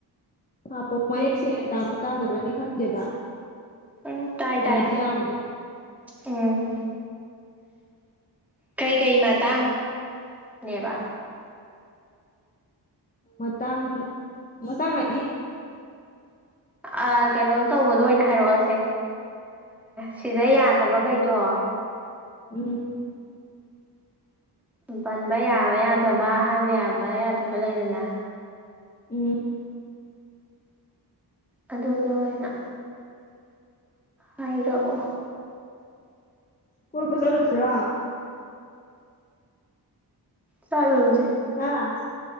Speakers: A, on the left (about 20°); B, in the centre.
A: ꯍꯥꯟꯄꯣ ꯃꯌꯦꯛ ꯁꯦꯡꯅ ꯇꯥꯕ ꯇꯥꯗꯕꯗꯤ ꯈꯪꯗꯦꯕ
B: ꯎꯝ ꯇꯥꯏ
A: ꯌꯥꯗꯤ
B: ꯇꯥꯏ
A: <inaudible>
B: ꯎꯝ ꯀꯩꯀꯩ ꯃꯇꯥꯡꯅꯦꯕ
A: ꯃꯇꯥꯡ ꯃꯇꯥꯡ ꯍꯥꯏꯗꯤ
B: ꯑꯥ ꯀꯩꯅꯣ ꯇꯧꯕꯗꯣ ꯑꯣꯏꯅ ꯍꯥꯏꯔꯛꯑꯣꯁꯦ ꯁꯤꯗ ꯌꯥꯗꯕꯈꯩꯗꯣ
A: ꯎꯝ
B: ꯎꯝ ꯄꯟꯕ ꯌꯥꯕ ꯌꯥꯗꯕ ꯍꯥꯏꯕ ꯌꯥꯕ ꯌꯥꯗꯕ ꯂꯩꯗꯅ
A: ꯎꯝ
B: ꯑꯗꯨꯗꯣ ꯑꯣꯏꯅ ꯍꯥꯏꯔꯛꯑꯣ
A: ꯀꯣꯏꯕ ꯆꯠꯂꯨꯁꯤꯔꯣ
B: ꯆꯠꯂꯨꯁꯦ
A: ꯍꯥꯥ